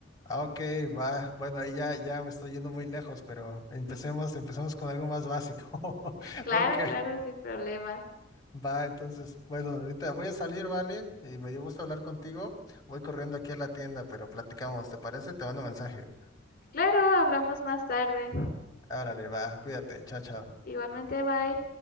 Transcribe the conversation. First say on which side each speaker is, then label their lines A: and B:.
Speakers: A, on the left; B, on the left.
A: Ah, Ok, va. Bueno, ahí ya, ya me estoy yendo muy lejos, pero empecemos,
B: <laughs>
A: empecemos con algo más básico. <laughs>
B: Claro,
A: Ok.
B: claro, sin problema.
A: Va, entonces, bueno, ahorita voy a salir, ¿vale? Y me dio gusto hablar contigo. Voy corriendo aquí a la tienda, pero platicamos, ¿te parece? Te mando mensaje.
B: Claro, hablamos más tarde.
A: Árale, va, cuídate, chao, chao.
B: Igualmente, bye.